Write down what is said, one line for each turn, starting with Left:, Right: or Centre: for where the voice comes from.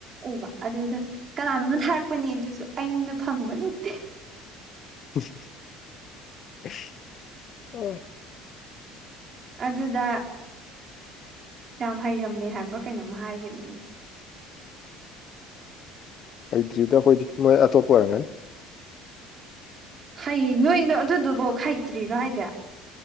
Right: ꯎꯕ ꯑꯗꯨꯗ ꯀꯅꯥꯅꯣꯝꯅ ꯊꯥꯔꯛꯄꯅꯤ ꯑꯗꯨꯖꯨ ꯑꯩꯅ ꯐꯪꯕ ꯅꯠꯇꯦ
Left: <unintelligible> ꯑꯣ
Right: ꯑꯗꯨꯗꯥ ꯌꯥꯝ ꯍꯩꯔꯝꯃꯦ ꯍꯥꯏꯕ ꯀꯩꯅꯣꯝ ꯍꯥꯏꯒꯤꯝꯅꯤꯅꯦ
Left: ꯍꯩꯇ꯭ꯔꯤꯗ ꯑꯈꯣꯏꯗꯤ ꯃꯣꯏ ꯑꯇꯣꯞꯄ ꯑꯣꯏꯔꯝꯒꯅꯤ
Right: ꯍꯩꯌꯦ ꯅꯣꯏꯗꯣ ꯑꯗꯨꯗꯨꯕꯣꯛ ꯍꯩꯇ꯭ꯔꯤꯔ ꯍꯥꯏꯖꯦ